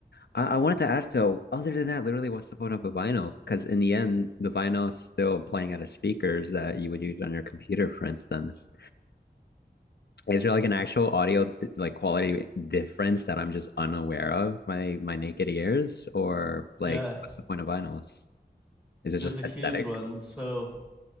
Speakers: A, on the left; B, in the centre.
A: I, I wanted to ask though, other than that, literally what's the point of a vinyl? Because in the end, the vinyl is still playing out of speakers that you would use on your computer, for instance. Is there like an actual audio like quality difference that I'm just unaware of my my naked ears or like
B: yeah.
A: what's the point of vinyls? Is it
B: There's
A: just
B: a huge
A: aesthetic?
B: one. So